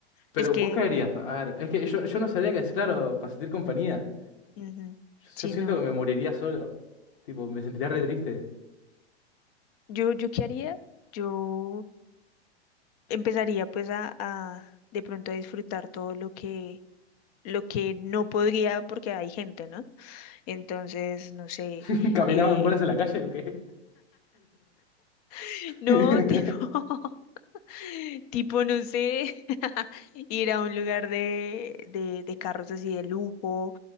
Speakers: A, on the left; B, on the left.
A: Pero
B: Es que,
A: vos caerías, a ver, es que yo, yo no sabría que es claro para sentir compañía.
B: ujú,
A: Yo,
B: sí,
A: yo siento
B: no.
A: que me moriría solo. Tipo, me sentiría re triste.
B: Yo, yo qué haría, yo empezaría pues a, a de pronto a disfrutar todo lo que, lo que no podría porque hay gente, ¿no? Entonces, no sé,
A: <laughs> ¿Caminaba
B: eh,
A: en bolas en la calle o qué?
B: <laughs> no,
A: <laughs>
B: tipo, <laughs> Tipo, no sé, <laughs> ir a un lugar de, de, de carros así de lujo,